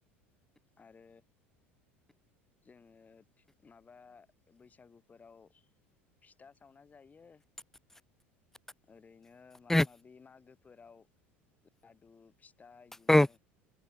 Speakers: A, on the left; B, in the centre.
A: आरो जोङो माबा बैसागुफोराव फिथा सावना जायो
B: <inaudible>
A: ओरैनो माबा
B: उम
A: माबि मागोफोराव लादु फिथा बिदिनो
B: औ